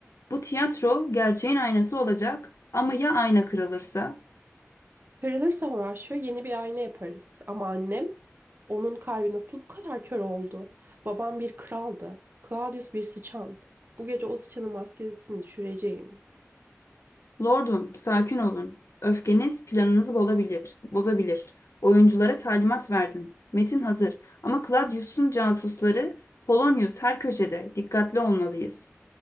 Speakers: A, on the left; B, on the right.
A: Bu tiyatro gerçeğin aynası olacak ama ya ayna kırılırsa?
B: Kırılırsa Horatio yeni bir ayna yaparız. Ama annem onun kalbi nasıl bu kadar kör oldu? Babam bir kraldı. Claudius bir sıçan. Bu gece o sıçanın maskesini düşüreceğim.
A: Lordum, sakin olun. Öfkeniz planınızı bozabilir, bozabilir. Oyunculara talimat verdim. Metin hazır ama Claudius'un casusları Polonius her köşede. Dikkatli olmalıyız.